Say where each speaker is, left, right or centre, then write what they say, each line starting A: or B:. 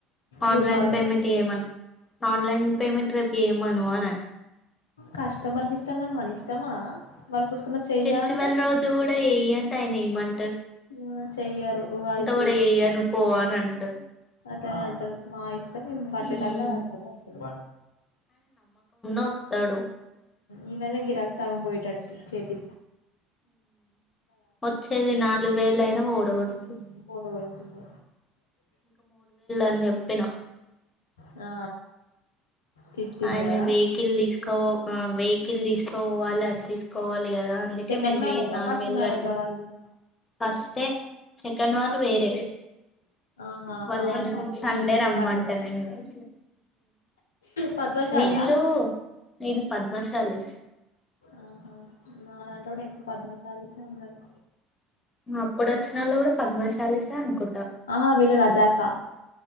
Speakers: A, on the left; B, on the left.
A: ఆన్లైన్
B: గురువారం
A: పేమెంట్ వేయమను ఆన్లైన్ పేమెంట్ రేపు ఇయమను అన్ టు
B: కష్టమర్ల ఇష్టంగాని మన ఇష్టమా వాళ్ళు పుసుకున్నది చెయ్యా
A: ఫెస్టివల్
B: అంటే
A: రోజు కూడా వెయ్య అంట ఆయన ఏమం
B: ఆ చెయ్యరు ఉగాది చేయకూడదు
A: కూడా చెయ్యను
B: కాబట్టి
A: పో అని అంటాడు
B: అట్లనే అంటారు మా ఇష్టం మేము కట్టే
A: ఉమ్
B: టైంలో కడతాము అంటారు
A: పొత్తడు
B: ఈ మే గిరాక్ సగం పోయేటట్టు చేపి
A: వచ్చేది నాలుగు వేలు అయినా ఊడబడుతు
B: ఉమ్, పోగొడుతుంది
A: అని చెప్పిన
B: ఆ తిట్టింది
A: ఆయనీ
B: కదా
A: వేయ్ కిల్ తీసుకవో ఆ వెయ్య్కిల్ తీసుకపోవాలి అది తీసుకోవాలి లీ కదా అందుకే
B: సెకండ్
A: మీరు
B: మ్యారేజా
A: వెయ్యి నాలుగు
B: ఫస్ట్
A: వేలు
B: మ్యారేజా
A: కట్ట
B: వాళ్ళు
A: వస్తే సె కండ్ వారు వేర
B: ఆహా
A: వాళ్ళన్
B: ఆహా
A: సండే
B: విశ్వబ్రాహ్మణ్సా
A: రమ్మంటానేనుఇంగ
B: పద్మశాలా
A: వీళ్ళు వీళ్ళు పద్మశాలీస్
B: ఆహా నా దాంటో కూడా ఎక్కువ పద్మశాలీస్ ఏ ఉన్నారు
A: అప్పుడు వచ్చిన వాళ్ళు కూడా పద్మశాలీసే అనుకుం
B: ఆ వీళ్ళు రజాకా